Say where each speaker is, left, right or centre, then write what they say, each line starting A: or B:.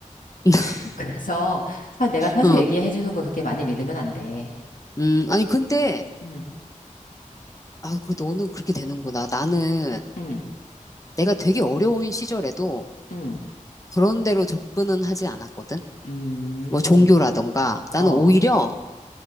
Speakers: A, on the left; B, on the left.
A: <laughs>
B: <laughs> 그래서 사- 내가 사주
A: 어,
B: 얘기해 주는 거 그렇게 많이 믿으면 안 돼.
A: 음, 아니, 근데,
B: 음,
A: 아, 그, 너는 그렇게 되는구나. 나는
B: 음,
A: 내가 되게 어려운 시절에도
B: 음,
A: 그런 데로 접근은 하지 않았거든.
B: 음,
A: 뭐, 종교라던가. 나는
B: 어,
A: 오히려,